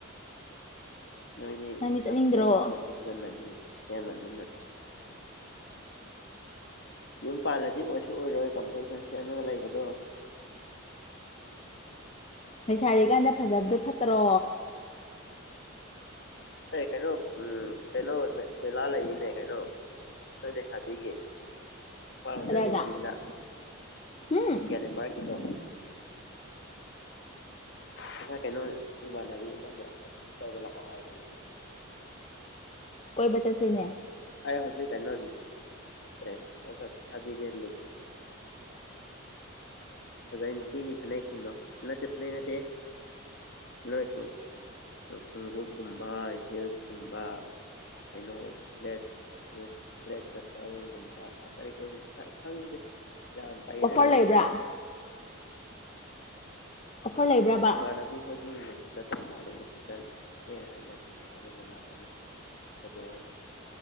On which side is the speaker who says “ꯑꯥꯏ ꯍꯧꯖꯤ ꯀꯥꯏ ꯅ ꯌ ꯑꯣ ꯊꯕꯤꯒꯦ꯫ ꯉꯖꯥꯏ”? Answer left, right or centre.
Left